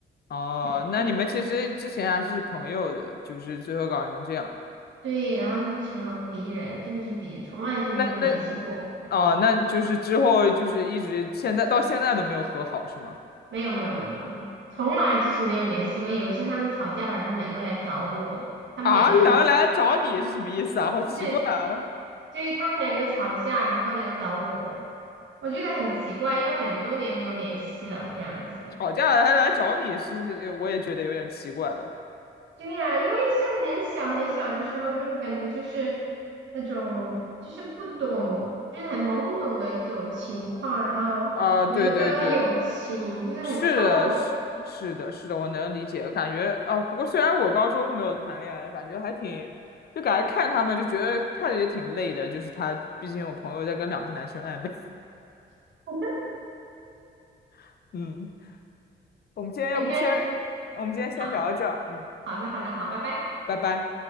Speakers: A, on the left (about 55°); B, on the right (about 70°).
A: 哦，
B: 是就是
A: 那你们其实之前还是朋友的，就是最后搞成这样。
B: 对，然后就是成了敌人，真的是敌人，
A: 嗯
B: 从来就没有联系过。
A: 那那，哦，那就是之后就是一直现在到现在都没有和好，是吗？
B: 没有没有没有没有没有，从来就是没有联系过。有一次他们吵架了，然后两个来找我，他们两个人
A: 啊，两个来找你是什么意思啊？好奇怪啊！
B: 就是对于他们两个吵架，然后都来找我，我觉得很奇怪，因为很多年没有联系了这样子。
A: 吵架了还来找你是，是我也觉得有点奇怪了。
B: 对呀，因为是很小很小的时候，就感觉就是那种就是不懂，就是很懵懂的一种情况，然后觉得那种友情就是很超过，
A: 啊，对对对，是的，是是的，是的，我能理解。感觉啊，不过虽然我高中没有谈恋爱，感觉还挺，就感觉看他们就觉得看着也挺累的。就是他，毕竟有朋友在跟两个男生暧昧。
B: <laughs>
A: <laughs> 嗯，我们今天要不先，
B: 很开心
A: 我们今天先聊到这儿。
B: 啊。
A: 嗯，
B: 好的好的好，拜拜。
A: 拜拜。